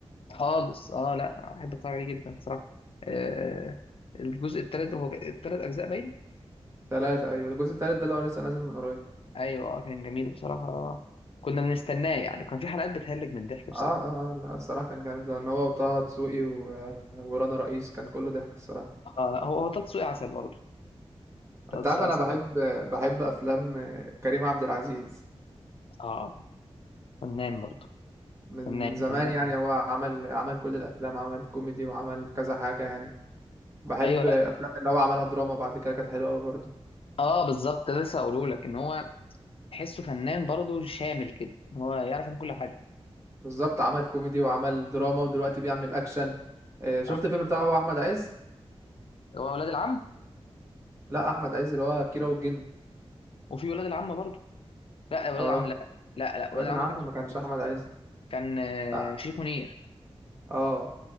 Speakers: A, on the left; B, on the right.
A: خالص اه لا احب اتفرج عليه جدا صراحة آه الجزء التالت هو التلات اجزاء باين
B: تلاتة أيوة الجزء التالت ده اللي هو لسه نازل من قريب
A: ايوه آه، كان جميل بصراحة كنا بنستناه يعني وكان في حلقات بتهلك من الضحك بصراحة
B: اه اه اه لا الصراحة كان جامد لأن هو وطه دسوقي و... ورانا رئيس كان كله ضحك الصراحة
A: اه لا هو هو طه دسوقي عسل برضه طه
B: أنت
A: دسوقي
B: عارف أنا
A: عسل
B: بحب
A: أوي.
B: بحب أفلام كريم عبد العزيز
A: اه فنان برضه
B: من
A: فنان
B: من زمان
A: فنان
B: يعني
A: قوي
B: هو عمل عمل كل الأفلام عمل كوميدي وعمل كذا حاجة يعني بحب
A: ايوه لا
B: الأفلام اللي هو عملها دراما بعد كده كانت حلوة أوي برضه
A: اه بالظبط ده لسه هقوله لك ان هو تحسه فنان برضه شامل كده إن هو يعرف يعمل كل حاجه
B: بالظبط
A: يعني
B: عمل كوميدي وعمل دراما ودلوقتي بيعمل أكشن آه، شفت
A: اه
B: الفيلم بتاعه هو أحمد عز؟
A: هو ولاد العم
B: لا أحمد عز اللي هو كيرة والجن
A: وفي ولاد العم برضه لا ولاد
B: اه
A: العم لا لا لا
B: ولاد
A: ولاد العم
B: العم
A: ما كانش شريف
B: ما كانش
A: أحمد عز.
B: أحمد عز
A: كان آه،
B: لا
A: شريف منير
B: اه